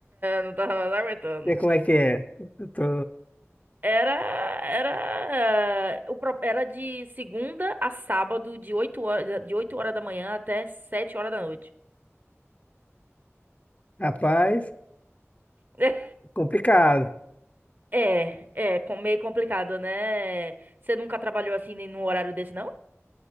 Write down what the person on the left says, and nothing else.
E como é que é? Eu tô...
Rapaz,
complicado.